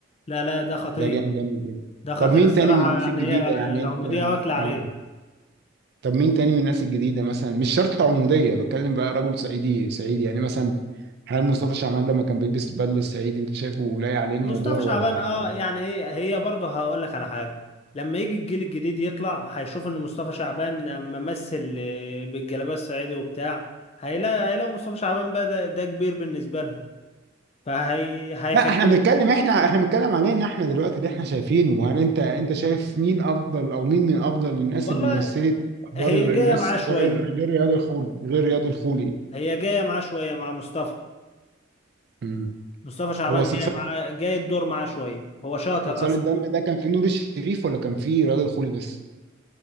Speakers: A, on the left; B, on the right.
A: لا لا ده خطير
B: ده كان جامد جدا
A: ده خطير
B: طب مين
A: الصراحة
B: تاني من الناس
A: يعني
B: الجديده
A: هي
B: يعني
A: العمودية
B: انت
A: واكلة
B: اه
A: عليه
B: طب مين تاني من الناس الجديده مثلا مش شرط عموديه بتكلم بقى رجل صعيدي صعيدي يعني مثلا هل مصطفى شعبان لما كان بيلبس البدله الصعيدي انت شايفه لايق عليه الموضوع
A: مصطفى
B: ولا
A: شعبان اه يعني هي هي برضه هقول لك على حاجة لما يجي الجيل الجديد يطلع هيشوف ان مصطفى شعبان ممثل آه، بالجلابية الصعيدي وبتاع هيلاقي هيلاقوا مصطفى شعبان بقى ده, ده كبير بالنسبة لهم فهي هيحبوه
B: لا احنا بنتكلم احنا احنا بنتكلم علينا احنا دلوقتي اللي
A: مم.
B: احنا شايفينه وهل انت انت شايف مين افضل او مين من افضل الناس
A: والله
B: اللي مثلت ادوار
A: هي
B: الناس
A: جاية معاه
B: ده
A: شوية
B: غير غير رياض الخولي غير رياض الخولي
A: هي جاية معاه شوية مع مصطفى
B: امم
A: مصطفى شعبان
B: هو صلصال
A: جاية معاه جاي الدور معاه شوية هو شاطر
B: صلصال
A: أصلا
B: الدم ده كان فيه نور الشريف ولا كان فيه رياض الخولي بس